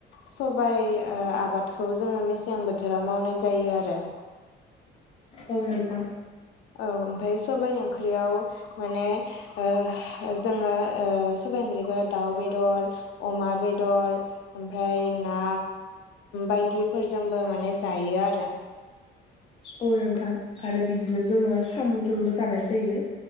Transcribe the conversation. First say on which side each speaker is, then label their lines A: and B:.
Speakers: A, on the left (about 80°); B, on the left (about 30°).
A: सबाइ ओ आबादखौ जोङो मेसें बोथोराव मावनाय जायो आरो
B: औ नोथां
A: औ ओमफाय सबाइ ओंख्रियाव माने ओ जोङो ओ सबाय ओंख्रिखौ दाउ बेदर अमा बेदर ओमफाय ना बायदिफोरजोंबो माने जायो आरो।
B: औ नोंथां आरो बिदिनो जोङो साम'जोंबो जानाय जायो